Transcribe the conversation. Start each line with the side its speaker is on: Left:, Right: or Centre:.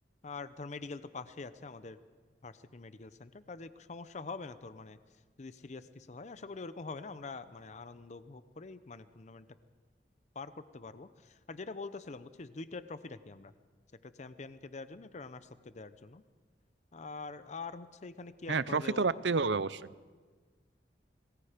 Left: আর ধর মেডিকেল তো পাশেই আছে আমাদের ভার্সিটি মেডিকেল সেন্টার কাজে সমস্যা হবে না তোর মানে যদি সিরিয়াস কিছু হয় আশা করি ওরকম হবে না আমরা মানে আনন্দ উপভোগ করেই মানে টুর্নামেন্টটা পার করতে পারবো আর যেটা বলতেছিলাম বুঝছিস দুইটা ট্রফি রাখি আমরা একটা চ্যাম্পিয়নকে দেওয়ার জন্য একটা রানার্স আপকে দেওয়ার জন্য আর আর হচ্ছে এখানে কি
Right: হ্যাঁ
Left: অ্যাড করা
Right: ট্রফি
Left: যায়
Right: তো
Left: বলতো
Right: রাখতেই হবে অবশ্যই